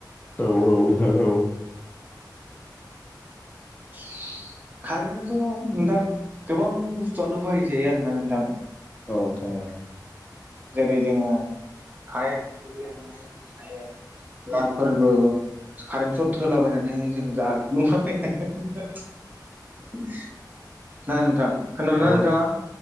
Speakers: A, on the left (about 20°); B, on the right (about 25°).
A: औ नोंथां औ
B: <inaudible> कारेन्टआथ' नोंथां गोबां बुस्थुआनो बाहायजायो आरोना नोंथां।
A: औ नोंथां औ।
B: जेरै जोङो कारेन्टफोरजोंहाय <unintelligible> नाफोरबो कारेन्ट सट होलाबायनानैहाय जों जाग्लुंला बायनो <unintelligible> ना नोंथां? खोनादोंना
A: औ नोंथां औ
B: नोंथाङा?